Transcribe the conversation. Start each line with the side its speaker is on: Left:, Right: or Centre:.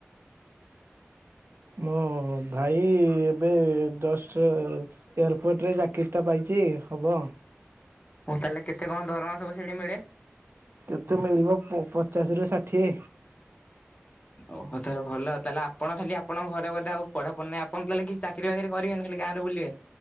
Right: ମୋ ଭାଇ ଏବେ ଜଷ୍ଟ ଏୟାରପୋର୍ଟରେ ଚାକିରି ଟା ପାଇଛି ହବ।
Left: ହଁ ତାହେଲେ କେତେ କଣ ଦରମା ସବୁ ସେଠି ମିଳେ?
Right: କେତେ ମିଳିବ ପ ପଚାଶ ରୁ ଷାଠିଏ।
Left: ଓହୋ ତାହାଲେ ଭଲ ତାହେଲେ ଆପଣ ଖାଲି ଆପଣଙ୍କ ଘରେ ବୋଧେ ଆଉ ପଢାପଢ଼ି ନାହିଁ ଆପଣ ତାହେଲେ କିଛି ଚା ଚାକିରି ବାକିରୀ କରିବେନି ଖାଲି ଗାଁରେ ବୁଲିବେ।